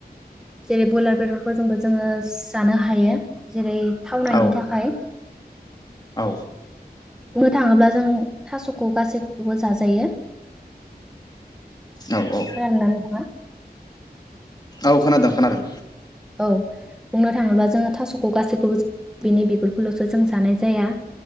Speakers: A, in the centre; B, on the left.
A: जेरे बइलार बेदर फोरजोंबो जोङो जानो हायो। जेरै थावनायनि
B: औ
A: थाखाय
B: औ
A: बुंनो थाङोब्ला जों थास'खौ गासैखौबो जाजायो।
B: औ औ
A: खोनादोंना नोंथाङा?
B: औ खोनादों खोनादों।
A: औ बुंनो थाङोब्ला जोङो थास'खौ गासैखौबो बिनि बिगुरखौल'सो जों जानाय जाया